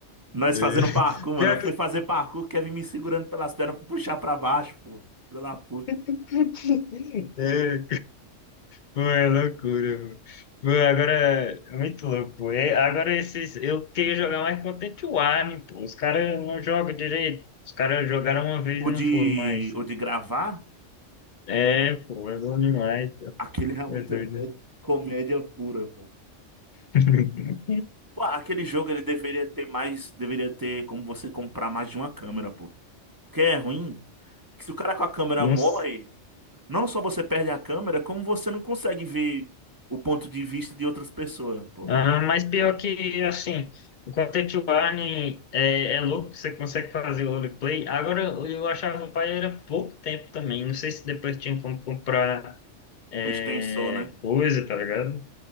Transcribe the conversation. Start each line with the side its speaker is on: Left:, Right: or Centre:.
Right: Nós
Left: É,
Right: fazendo
Left: <laughs>
Right: parkour, mano.
Left: pior
Right: Eu fui
Left: que.
Right: fazer parkour, o Kevin me segurando pelas pernas pra puxar pra baixo, pô. Filho da puta.
Left: <laughs> É, Pô, é loucura, pô. Pô, agora é muito louco, pô. É, agora esses. Eu queria jogar mais Content Warning, pô. Os caras não jogam direito. Os caras jogaram uma vez
Right: O
Left: e
Right: de,
Left: não foram mais.
Right: o de gravar,
Left: É, pô, é bom demais. pô.
Right: aquele realmente
Left: É doido.
Right: é é comédia pura, pô.
Left: <laughs>
Right: Pô, aquele jogo ele deveria ter mais, deveria ter como você comprar mais de uma câmera, pô. Porque é ruim que se o cara com a câmera
Left: Não
Right: morre,
Left: sei.
Right: não só você perde a câmera, como você não consegue ver o ponto de vista de outras pessoas, pô.
Left: Ah, mas pior que, assim, o Content Warning é, é louco, você consegue fazer o roleplay. Agora, eu achava o pai era pouco tempo também. Não sei se depois tinha como comprar. é,
Right: O extensor, né?
Left: coisa, tá ligado?